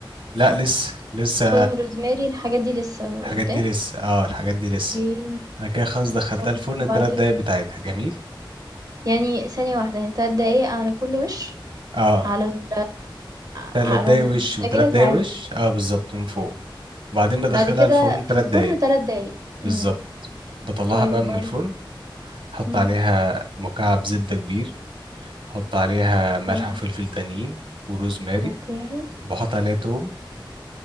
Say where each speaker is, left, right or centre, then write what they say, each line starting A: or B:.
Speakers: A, on the right; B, on the right.
A: لا لسه لسه
B: توم، روزماري، الحاجات دي لسه
A: الحاجات
B: قدّام؟
A: دي لسه اه الحاجات دي
B: أوكي،
A: لسه انا كده خلاص دخلتها
B: طيب
A: الفرن
B: وبعدين؟
A: التلات دقايق بتاعتها جميل
B: يعني ثانية واحدة، يعني 3 دقايق على كل وِش
A: اه
B: على ال
A: تلات
B: على
A: دقايق
B: البوتاجاز
A: وش وتلات دقايق
B: عادي،
A: وش اه بالظبط من فوق وبعدين بدخلها
B: بعد كده
A: الفرن تلات
B: في الفرن
A: دقايق
B: 3 دقايق.
A: بالظبط
B: إمم،
A: بطلعها
B: طيب
A: بقى من
B: وبعدين؟
A: الفرن حط
B: إمم،
A: عليها مكعب زبدة كبير احط عليها ملح
B: حلو،
A: وفلفل تانيين وروزماري
B: أوكي.
A: وبحط عليها توم